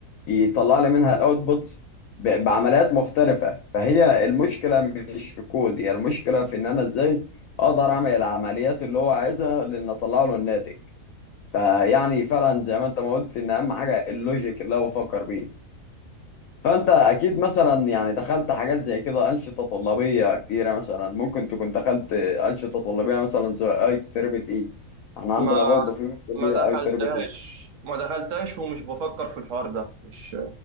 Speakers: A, on the left (about 70°); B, on the right (about 65°).
A: يطلع لي منها الاوتبوتس بعمليات مختلفه فهي المشكله مش في الكود هي المشكله في ان انا ازاي اقدر اعمل العمليات اللي هو عايزها لان اطلع له الناتج فيعني فعلا زي ما انت ما قلت ان اهم حاجه اللوجيك اللي انا بفكر بيه فانت اكيد مثلا يعني دخلت حاجات زي كده انشطه طلابيه كتيره مثلا ممكن تكون دخلت انشطه طلابيه مثلا زي اي تربل اي احنا عندنا
B: ما
A: برضه في كليه
B: ما دخلتهاش
A: اي تربل اي
B: ما دخلتهاش ومش بفكر في الحوار ده مش